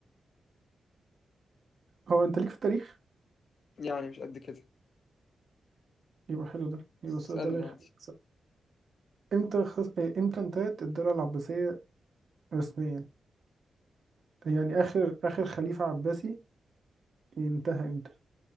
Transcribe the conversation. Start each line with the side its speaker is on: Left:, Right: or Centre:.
Right: هو أنت ليك في التاريخ؟
Left: يعني مش قد كده
Right: يبقى حلو ده يبقى
Left: تسألني
Right: السؤال ده لا يخليك
Left: عادي
Right: امتى خص... آه، امتى انتهت الدولة العباسية رسميا يعني آخر آخر خليفة عباسي انتهى امتى